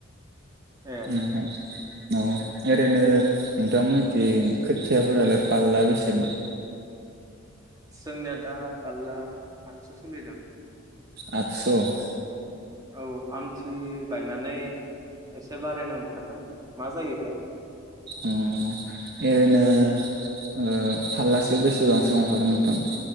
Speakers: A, on the right; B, on the right.
A: ए
B: नोंथां औ ओरैनो। नोंथांमोननिथि खोथियाफोरालाय पालला बेसेबा
A: जोंनिया दा बारला आदस' सोलिदों।
B: आठस'
A: औ आमथि बायनानै एसे बारायनो ओंखारदों मा जायोथाय
B: ओ ओरैनो ओ फारलासेयाव बेसेबांसो ओंखारो नोंथां